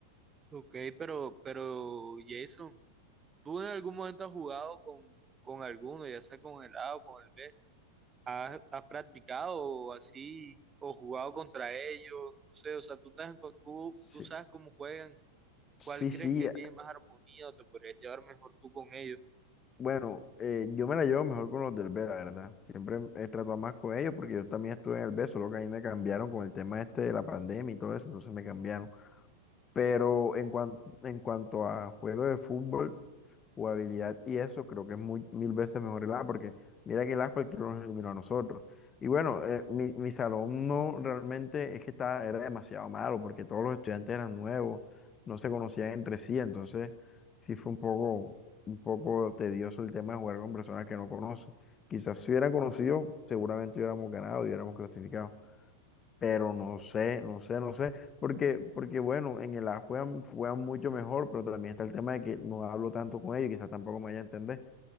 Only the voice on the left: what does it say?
Sí,
sí,
sí.
Bueno, eh, yo me la llevo mejor con los del B, la verdad. Siempre he tratado más con ellos porque yo también estuve en el B, solo que a mí me cambiaron con el tema este de la pandemia y todo eso, entonces me cambiaron. Pero en, cuan- en cuanto a juego de fútbol, jugabilidad y eso creo que es muy, mil veces mejor el A, porque mira que el A fue el que nos eliminó a nosotros. Y bueno, eh, mi, mi salón no realmente es que estaba, era demasiado malo, porque todos los estudiantes eran nuevos, no se conocían entre sí, entonces sí fue un poco, un poco tedioso el tema de jugar con personas que no conoces. Quizás si hubieran conocido, seguramente hubiéramos ganado y hubiéramos clasificado. Pero no sé, no sé, no sé, porque, porque bueno, en el A juegan, juegan mucho mejor, pero también está el tema de que no hablo tanto con ellos, quizás tampoco me vaya a entender,